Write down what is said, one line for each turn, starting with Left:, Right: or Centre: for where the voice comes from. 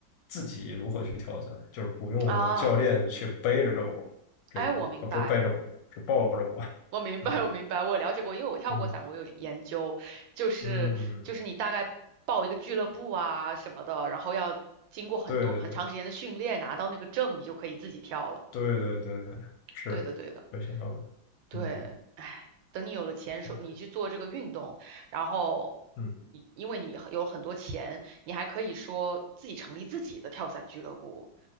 Left: 自己如何去跳伞，就是不用教练去背着我这种，
Right: 啊，哎，我明白。
Left: 啊，不是背着我，是抱着我。
Right: 我明白，
Left: 对，
Right: 我明白，我了解过，因为我跳过伞，
Left: 嗯
Right: 我有研究，就是就是你大概报一个俱乐部啊什么的，
Left: 嗯，
Right: 然后要经过很多很长时间的训练，
Left: 对对对
Right: 拿到那个证，你就可以自己跳了。
Left: 对对对对，是，
Right: 对的，对的，
Left: 就想要，
Right: 对，
Left: 嗯
Right: 哎，等你有了钱，说你去做这个运动，
Left: 啊，
Right: 然后你因为你有很多钱，
Left: 嗯
Right: 你还可以说自己成立自己的跳伞俱乐部，